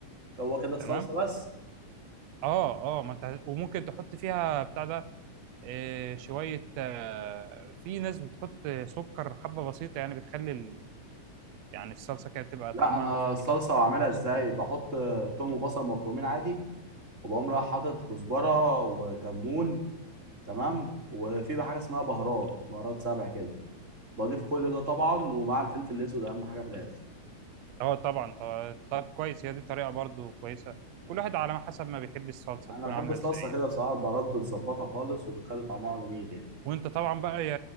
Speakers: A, on the right (about 20°); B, on the right (about 65°).
A: هو كده الصلصه
B: تمام
A: بس
B: اه اه ما انت وممكن تحط فيها بتاع ده آه، شوية آه، في ناس بتحط سكر حبة بسيطة يعني بتخلي ال- يعني الصلصة كده بتبقى
A: لا
B: طعمها
A: انا
B: فيه
A: الصلصه
B: سكر
A: بعملها
B: حاجة
A: ازاي
B: بسيطة
A: بحط توم وبصل مفرومين عادي وبقوم رايح حاطط كزبره وكمون تمام وفي بقى حاجه اسمها بهارات بهارات سبع كده بضيف كل ده طبعا ومع الفلفل الاسود اهم حاجه في الاخر
B: اه طبعا طب طب كويس هي دي طريقه برضو كويسه كل واحد على ما حسب ما بيحب الصلصه
A: انا
B: تكون
A: بحب
B: عامله
A: الصلصه
B: ازاي
A: كده بصراحه البهارات بتظبطها خالص وبتخلي طعمها جميل يعني
B: وانت طبعا بقى هي